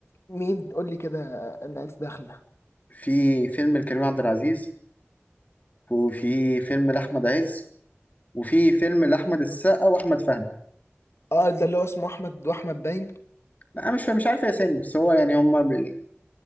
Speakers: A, on the left; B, on the left.
A: مين قول لي كده الناس داخله
B: في فيلم لكريم عبد العزيز وفي فيلم لأحمد عز وفي فيلم لأحمد السقا وأحمد فهمي
A: اه ده اللي هو اسمه أحمد وأحمد باين
B: لا أنا مش مش عارف يا اسامي بس هو يعني هما بي...